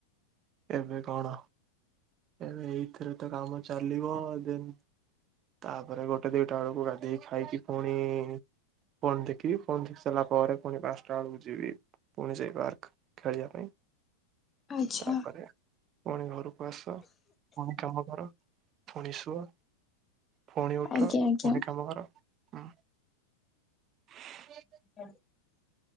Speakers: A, on the right (about 30°); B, on the left (about 20°).
A: ଏବେ କଣ? ଏବେ ଏଇଥିରେ ତ କାମ ଚାଲିବ, ଦେନ୍ ତାପରେ, ଗୋଟେ ଦିଟା ବେଳକୁ ଗାଧେଇ ଖାଇକି ପୁଣି ଫୋନ୍ ଦେଖିବି ଫୋନ୍ ଦେଖି ସାରିଲା ପରେ ପୁଣି ପାଞ୍ଚଟା ବେଳକୁ ଯିବି ପୁଣି ସେଇ ପାର୍କ। ଖେଳିବା ପାଇଁ।
B: ଆଚ୍ଛା
A: ତାପରେ, ପୁଣି ଘରକୁ ଆସ ପୁଣି କାମ କର। ପୁଣି ଶୁଅ ପୁଣି ଉଠ
B: ଆଜ୍ଞା ଆଜ୍ଞା
A: ପୁଣି କାମ କର, ହୁଁ। ହ <inaudible>
B: <inaudible>